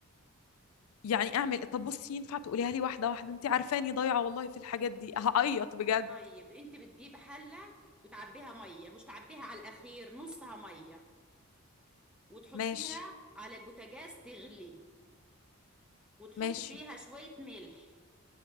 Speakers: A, on the left; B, in the centre.
A: يعني اعمل إيه؟ طب بصي ينفع تقوليها لي واحده واحده انت عارفاني ضايعه والله في الحاجات دي هعيط بجد
B: طيب انت بتجيبي حله وتعبيها ميه مش تعبيها على الاخير نصها ميه وتحطيها
A: ماشي
B: على البوتاجاز تغلي وتحط
A: ماشي
B: فيها شويه ملح